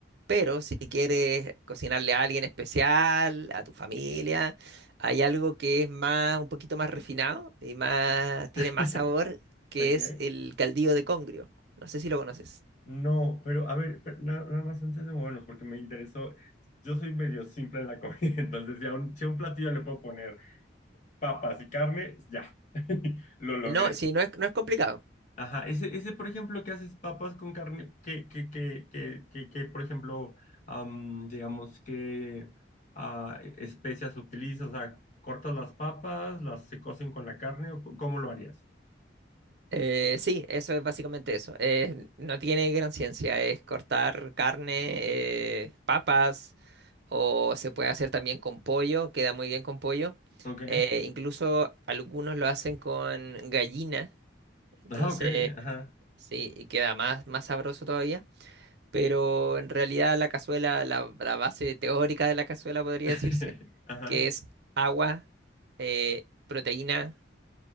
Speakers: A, on the right (about 60°); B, on the left (about 40°).
A: Pero si quieres cocinarle a alguien especial, a tu familia, hay algo que es más, un poquito más refinado y más, tiene
B: <laughs>
A: más sabor, que
B: ¿De
A: es el caldillo de congrio. No sé si lo conoces.
B: No, pero a ver, pero na- nada más antes de movernos, porque me interesó. Yo soy medio simple en la comida, <laughs> entonces si a un, si a un platillo le puedo poner papas y carne, ya, <laughs> lo logré.
A: No, sí, no es, no es complicado.
B: Ajá, ese, ese, por ejemplo, que haces papas con carne, que, que, que, que, que, que, por ejemplo, am, digamos que ah, especias utilizas, o sea, cortas las papas, las se cocen con la carne, o c- ¿cómo lo harías?
A: Eh, sí, eso es básicamente eso. Eh, no tiene gran ciencia. Es cortar carne, eh, papas, o se puede hacer también con pollo, queda muy bien con pollo.
B: Ok.
A: Eh, incluso algunos lo hacen con gallina. Entonces,
B: Ah, ok, ajá.
A: Sí, y queda más, más sabroso todavía. Pero en realidad la cazuela, la, la base teórica de la cazuela podría
B: <laughs>
A: decirse,
B: Ajá.
A: que es agua, eh, proteína,